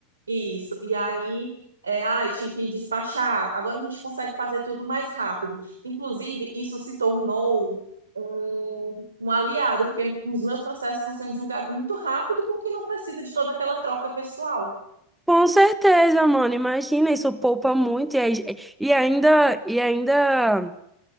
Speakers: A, on the right (about 85°); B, in the centre.
A: isso, e aí, é, ai, tinha que despachar. Agora a gente consegue fazer tudo mais rápido. Inclusive, isso se tornou um, um aliado, porque os meus processos estão sendo julgados muito rápido, porque não precisa de toda aquela troca pessoal.
B: Com certeza, mano. Imagina, isso poupa muito. E, aí- e ainda, e ainda.